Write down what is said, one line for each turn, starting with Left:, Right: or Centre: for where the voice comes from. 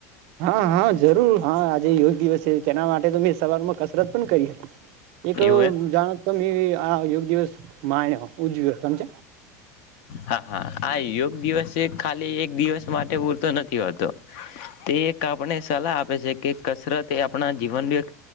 Right: હા હા જરૂર હા આજે યોગ દિવસ છે. તેના માટે તો મેં સવારમાં કસરત પણ કરી હતી. એક
Left: એવું એમ
Right: જાણ આ યોગ દિવસ માનો. ઉજવી ગ સમજ.
Left: હા હા આ યોગ દિવસ ખાલી એક દિવસ માટે પૂરતો નથી હોતો તે એક આપણે સલાહ આપે છે કે કસરત એ આપણા જીવનનું એક